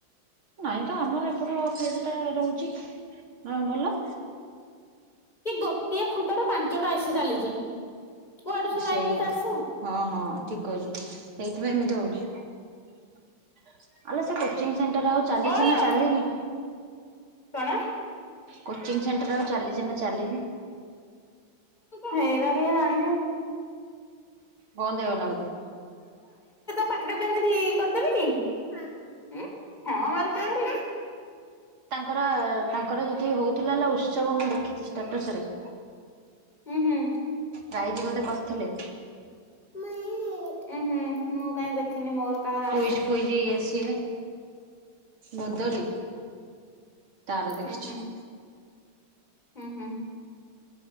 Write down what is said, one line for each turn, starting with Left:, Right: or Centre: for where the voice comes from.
Right: ନାଇଁ ତ ଆମର ଏପଟ ଫ୍ରିଜ ଟା ରହୁଛି ହ ଭଲ
Left: ଏ ଗୋଟିଏ ଖୁଣ୍ଟ ର ପାଞ୍ଚଟା ଏସି ଚାଲିଛି। କୁଆଡୁ ସେ
Right: ସେଇଆ
Left: ଲାଇନ ଏତେ ଆସିବ।
Right: ହଁ ହଁ ଠିକ କହିଛୁ ସେଇଥିପାଇଁ ଏମିତି ହୋଉ <inaudible> ଆଲୋ ସେ କେତ୍ <inaudible> ଆଉ ଚାଲିଛି
Left: ଓଲୋ
Right: ନା ଚାଲିନି?
Left: କଣ?
Right: କୋଚିଂ ସେଣ୍ଟର ଆଉ ଚାଲିଚି ନା ଚାଲିନି?
Left: ହେଇରା କିଏ ଜାଣିଚି?
Right: ବନ୍ଦ ହୋଇଗଲା ବଧେ?
Left: ପାଟି ଟାକୁ ଏମତି କରିଦେବି କି ହଁ ମାରୁଚୁ ଆହୁରି।
Right: ତାଙ୍କର ତାଙ୍କର ଯେଠି ହଉଥିଲା ହେଲା ଉତ୍ସବ ମୁଁ ଦେଖିଛି ଷ୍ଟାଟସ ରେ
Left: ଉଁ ହୁଁ।
Right: ପ୍ରାଇଯ ବୋଧେ କରିଥିଲେ?
Left: ଉଁ ହୁଁ ମୁଁ କାହିଁ ଦେଖିନି ମୋର କାହାର
Right: କୁଇଜ୍
Left: ଆସୁନି
Right: ଫୁଇଜ ଇଏ ସିଏ। ବୋଦଲି ତାର ଦେଖିଛି।
Left: ଉଁ ହୁଁ ହୁଁ।